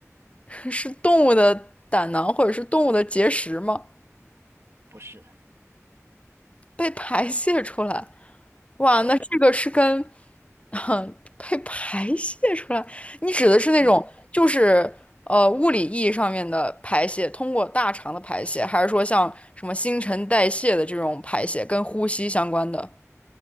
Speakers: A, on the left; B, on the right.
A: <laughs> 是动物的胆囊或者是动物的结石吗？
B: 不是，
A: 被排泄出来，哇，
B: 对，
A: 那这个是跟，哼，被排泄出来，你指的是那种就是呃物理意义上面的排泄，
B: 嗯，
A: 通过大肠的排泄，还是说像什么新陈代谢的这种排泄，跟呼吸相关的？